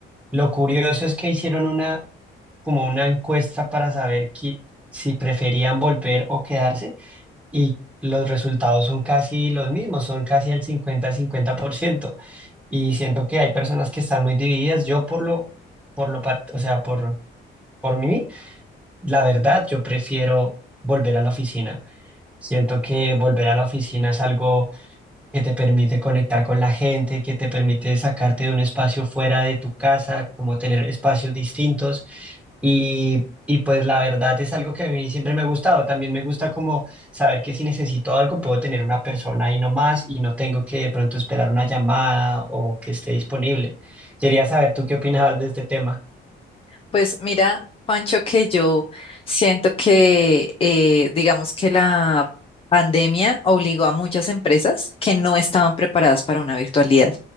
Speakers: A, in the centre; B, on the left.
A: Lo curioso es que hicieron una como una encuesta para saber qui- si preferían volver o quedarse y los resultados son casi los mismos, son casi el cincuenta-cincuenta por ciento Y siento que hay personas que están muy divididas. Yo por lo, por lo, par- o sea, por, por mí, la verdad, yo prefiero volver a la oficina. Siento que volver a la oficina es algo que te permite conectar con la gente, que te permite sacarte de un espacio fuera de tu casa, como tener espacios distintos. Y, y pues la verdad es algo que a mí siempre me ha gustado. También me gusta como saber que si necesito algo puedo tener una persona ahí nomás y no tengo que de pronto esperar una llamada o que esté disponible. Quería saber tú qué opinabas de este tema.
B: Pues mira, Juancho, que yo siento que, eh, digamos que la pandemia obligó a muchas empresas que no estaban preparadas para una virtualidad.